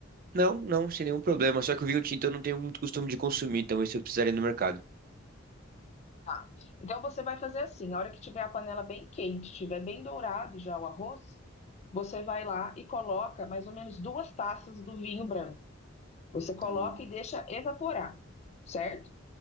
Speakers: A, on the right; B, on the left.
A: Não, não, sem nenhum problema. Só que o vinho tinto eu não tenho muito costume de consumir, então esse eu precisaria ir no mercado.
B: Tá. Então você vai fazer assim, a hora que tiver a panela bem quente, tiver bem dourado já o arroz, você vai lá e coloca mais ou menos duas taças do vinho branco. Você coloca
A: Tá bom.
B: e deixa evaporar, certo?